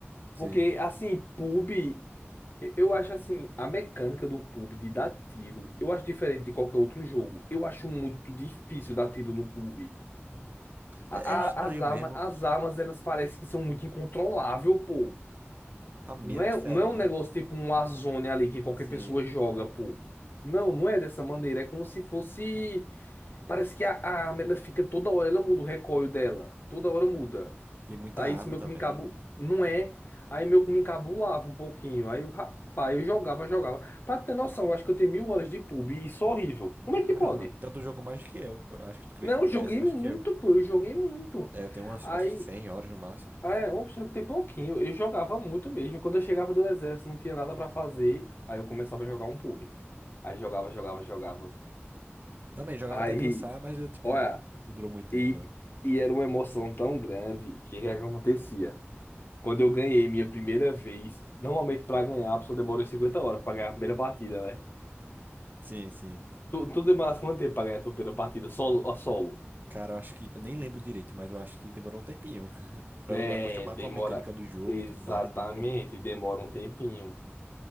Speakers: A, on the right; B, on the left.
A: Sim.
B: Porque, assim, pub eu acho assim, a mecânica do pub de dar tiro, eu acho diferente de qualquer outro jogo. Eu acho muito difícil dar tiro no pub A-
A: É,
B: a-
A: é estranho
B: as armas,
A: mesmo.
B: as armas, elas parecem que são muito incontroláveis, pô.
A: A mira
B: Não é,
A: é diferente.
B: não é um negócio tipo um Warzone ali que qualquer
A: Sim.
B: pessoa joga, pô. Não, não é dessa maneira. É como se fosse. Parece que a, a arma ela fica toda hora, ela muda o recoil dela. Toda hora muda.
A: E muita
B: Aí
A: arma
B: isso meio
A: também.
B: que me encabu. Não é. Aí meio que me encabulava um pouquinho. Aí eu, rapaz, eu jogava, jogava. Pra ter noção, eu acho que eu tenho mil horas de pub e isso é horrível. Como é que
A: Caramba.
B: pode?
A: Então tu jogou mais do que eu. Eu Acho que tu cre-
B: Não, eu
A: conhece
B: joguei
A: mais
B: muito,
A: do que eu.
B: pô. Eu joguei muito.
A: É, eu tenho umas,
B: Aí
A: acho que 100 horas no máximo.
B: ah, É, opção tem pouquinho. Eu jogava muito mesmo. Quando eu chegava do exército, não tinha nada pra fazer. Aí eu começava a jogar um pub. Aí jogava, jogava, jogava.
A: Também jogava
B: Aí,
A: até cansar, mas eu, tipo,
B: olha,
A: não durou muito tempo,
B: e,
A: não.
B: e era uma emoção tão grande que o que é que acontecia? Quando eu ganhei minha primeira vez, normalmente pra ganhar, a pessoa demora 50 horas pra ganhar a primeira partida, né?
A: Sim, sim.
B: Tu, tu demorasse quanto tempo pra ganhar a tua primeira partida? Solo, a solo?
A: Cara, eu acho que. Eu nem lembro direito, mas eu acho que demorou um tempinho. <laughs> Pra
B: É,
A: eu acostumar
B: demora.
A: com a mecânica do jogo
B: Exatamente,
A: e tudo mais, demorou.
B: demora um tempinho.